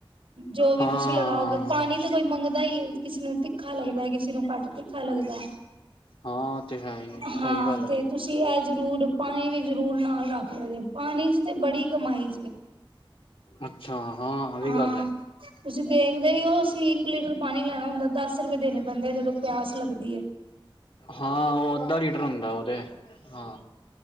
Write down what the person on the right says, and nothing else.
ਜੋ ਵੀ
ਤੁਸੀਂ ਲਗਾਓਗੇ, ਪਾਣੀ ਤਾਂ ਕੋਈ ਮੰਗਦਾ ਹੀ ਹੈ। ਕਿਸੇ ਨੂੰ ਤਿੱਖਾ ਲੱਗਦਾ ਹੈ, ਕਿਸੇ ਨੂੰ ਘੱਟ ਤਿੱਖਾ ਲੱਗਦਾ‌।
ਹਾਂ,
ਤੇ
ਤੁਸੀਂ ਜ਼ਰੂਰ ਪਾਣੀ ਵੀ ਜ਼ਰੂਰ ਨਾਲ ਰੱਖ ਲੈ ਪਾਣੀ'ਚ ਤੇ ਬੜੀ ਕਮਾਈ ਜੇ।
ਹਾਂ,
ਤੁਸੀਂ ਦੇਖਦੇ ਹੀ ਹੋ ਅਸੀ ਇੱਕ ਲੀਟਰ ਪਾਣੀ ਲੈਣਾ ਹੁੰਦਾ, ਦਸ, -ਰੁਪਏ ਦੇਣੇ ਪੈਂਦੇ, ਜਦੋਂ ਪਿਆਸ ਲੱਗਦੀ ਹੈ।